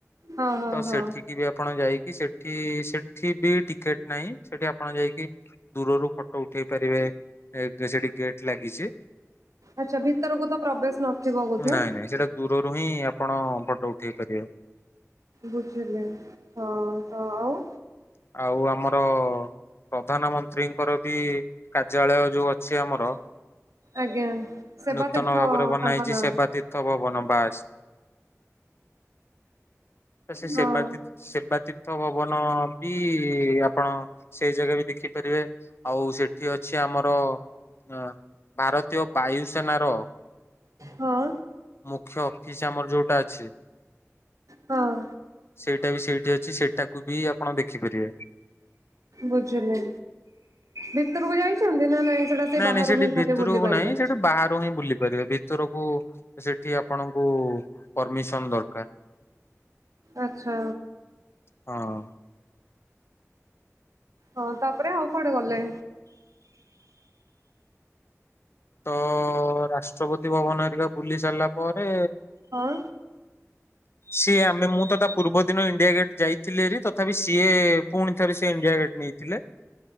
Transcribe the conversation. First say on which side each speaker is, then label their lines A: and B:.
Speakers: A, on the right; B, on the left.
A: ହଁ ହଁ
B: ତ
A: ହଁ।
B: ସେଠିକ ବି ଆପଣ ଯାଇକି ସେଠି ସେଠି ବି ଟିକେଟ ନାହିଁ ସେଠି ଆପଣ ଯାଇକି ଦୂରରୁ ଫଟୋ ଉଠେଇ ପାରିବେ। ଏ କେ ସେଠି ଗେଟ୍ ଲାଗିଚି।
A: ଆଚ୍ଛା ଭିତରକୁ ତ ପ୍ରବେଶ ନଥିବ ବୋଧେ?
B: ନାଇଁ ନାଇଁ ସେଟା ଦୂରରୁ ହିଁ ଆପଣ ଫଟୋ ଉଠେଇ ପାରିବେ।
A: ବୁଝିଲି ହଁ ତ ଆଉ?
B: ଆଉ ଆମର ପ୍ରଧାନମନ୍ତ୍ରୀଙ୍କର ବି କାର୍ଯ୍ୟାଳୟ ଯୋଉ ଅଛି ଆମର
A: ଆଜ୍ଞା ସେବା
B: ନୂତନ
A: ତୀର୍ଥ
B: ଭାବରେ ବନା
A: ତାଙ୍କ
B: ହେଛି
A: ନାଁ
B: ସେବା ତୀର୍ଥ ଭବନ ବାସ ତ ସେ ସେବା
A: ହଁ
B: ସେବାତୀର୍ଥ ଭବନ ବି ଆପଣ ସେଇ ଜାଗା ବି ଦେଖିପାରିବେ ଆଉ ସେଠି ଅଛି ଆମର ହାଁ ଭାରତୀୟ ବାୟୁସେନାର
A: ହଁ।
B: ମୁଖ୍ୟ ଅଫିସ ଆମର ଯୋଉଟା ଅଛି
A: ହଁ
B: ସେଇଟା ବି ସେଇଠି ଅଛି ସେଇଟାକୁ ବି ଆପଣ ଦେଖିପାରିବେ।
A: ବୁଝିଲି। ଭିତରକୁ ଯାଇଚନ୍ତି ନା ନାଇଁ? ସେଟା ସେଇ
B: ନାଇଁ
A: ବାହାରୁ
B: ନାଇଁ ସେଠି
A: ହିଁ ଖାଲି
B: ଭିତରକୁ
A: ବୁଲି ପାରିବେ
B: ନାହିଁ ସେଠି ବାହାରୁ ହିଁ ବୁଲି ପାରିବେ। ଭିତ ଭିତରକୁ ସେଠି ଆପଣଙ୍କୁ ପରମିସନ ଦରକାର।
A: ଆଚ୍ଛା।
B: ହଁ।
A: ହଁ ତାପରେ ଆଉ କୁଆଡେ ଗଲେ?
B: ତ ରାଷ୍ଟ୍ରପତି ଭବନ ହେରିକା ବୁଲି ସାରିଲା ପରେ
A: ହଁ।
B: ସିଏ ଆମେ ମୁଁ ତ ତା ପୂର୍ବ ଦିନ ଇଣ୍ଡିଆ ଗେଟ ଯାଇଥିଲି ହାରି। ତଥାପି ସିଏ ପୁଣି ଥରେ ସ ଇଣ୍ଡିଆ ଗେଟ୍ ନେଇଥିଲେ